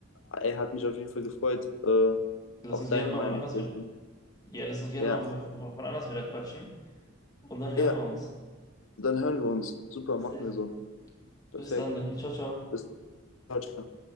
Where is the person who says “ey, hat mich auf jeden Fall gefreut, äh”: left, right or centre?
Left